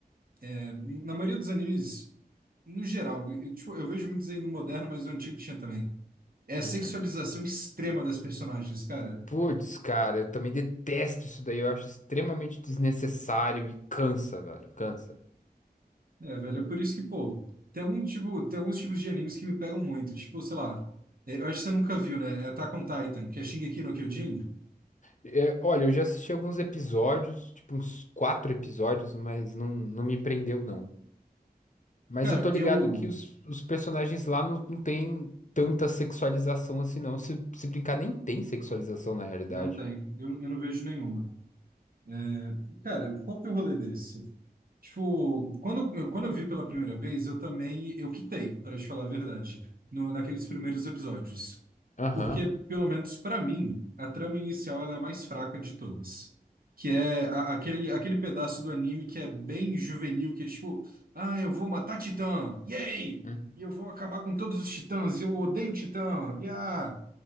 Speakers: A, on the right; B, on the left.
A: é, na maioria dos animes, no geral, eu, tipo, eu vejo muitos aí no moderno, mas o antigo tinha também, é a
B: Uhum.
A: sexualização extrema das personagens, cara.
B: Putz, cara, eu também detesto isso daí. Eu acho extremamente desnecessário e cansa, velho. Cansa.
A: É, velho, por isso que, pô, tem algum tipo, tem alguns tipos de animes que me pegam muito, tipo, sei lá, é, eu acho que você nunca viu, né? É Attack on Titan, que é Shingeki no Kyojin.
B: É, olha, eu já assisti alguns episódios, tipo uns quatro episódios, mas não, não me prendeu, não. Mas
A: Cara,
B: eu tô ligado
A: eu
B: que os, os personagens lá não, não tem tanta sexualização assim, não. Se, se brincar, nem tem sexualização na realidade.
A: não tenho, eu, eu não vejo nenhuma. É, cara, qual que é o rolê desse? Tipo, quando eu, quando eu vi pela primeira vez, eu também, eu quitei, para te falar a verdade, no, naqueles primeiros episódios.
B: Aham.
A: Porque, pelo menos pra mim, a trama inicial ela é a mais fraca de todas. Que é a- aquele, aquele pedaço do anime que é bem juvenil, que é tipo, ah, eu vou matar Titã, yay!
B: Uhum.
A: E eu vou acabar com todos os titãs, e eu odeio Titã, yeah!